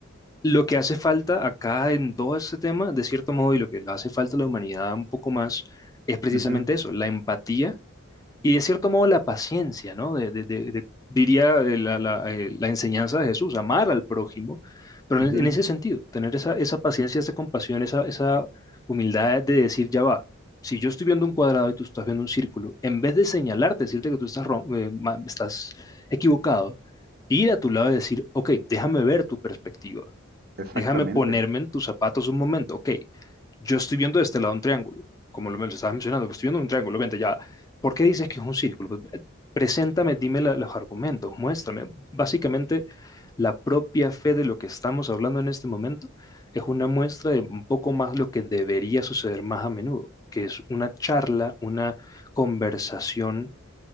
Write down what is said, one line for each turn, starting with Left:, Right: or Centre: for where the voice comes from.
Left: lo que hace falta acá en todo este tema, de cierto modo, y lo que le hace falta a la humanidad un poco más, es precisamente
Right: ujú,
Left: eso, la empatía Y de cierto modo la paciencia, ¿no? De, de- de- de- diría eh, la, la, eh, la enseñanza de Jesús, amar al prójimo, pero
Right: ujú,
Left: en, en ese sentido, tener esa, esa paciencia, esa compasión, esa, esa humildad de decir, ya va, si yo estoy viendo un cuadrado y tú estás viendo un círculo, en vez de señalarte, decirte que tú estás, ron- eh, ma- estás equivocado, ir a tu lado y decir, ok, déjame ver tu perspectiva,
Right: exactamente.
Left: Déjame ponerme en tus zapatos un momento. Ok, yo estoy viendo de este lado un triángulo, como lo me lo estabas mencionando, pero estoy viendo un triángulo. Vente ya. ¿Por qué dices que es un círculo? Pues, eh, Preséntame, dime la- los argumentos, muéstrame. Básicamente, la propia fe de lo que estamos hablando en este momento es una muestra de un poco más lo que debería suceder más a menudo, que es una charla, una conversación